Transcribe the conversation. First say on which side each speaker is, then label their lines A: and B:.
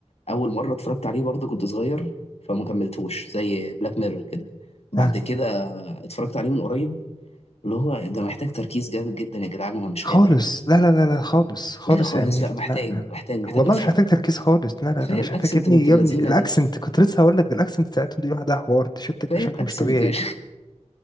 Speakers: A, on the left; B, on the left.
A: اول مره اتفرجت عليه برضه كنت صغير فما كملتوش زي بلاك ميرور كده بعد
B: آه.
A: كده اتفرجت عليه من قريب اللي هو ده محتاج تركيز جامد جدا يا جدعان انا مش
B: خالص
A: قادر
B: لا لا لا لا خالص خالص
A: الا خالص
B: يا امير
A: لا محتاج
B: لا لا لا
A: محتاج محتاج
B: والله
A: افهم
B: مش محتاج تركيز خالص لا لا
A: كفايه
B: لا مش
A: الاكسنت
B: محتاج يا ابني
A: بنت
B: يا
A: اللذينه
B: ابني الاكسنت
A: دي
B: كنت لسه هقول لك ده الاكسنت بتاعتهم دي لوحدها حوار تشدك
A: كفايه
B: بشكل
A: الاكسنت
B: مش طبيعي
A: <laughs>
B: يعني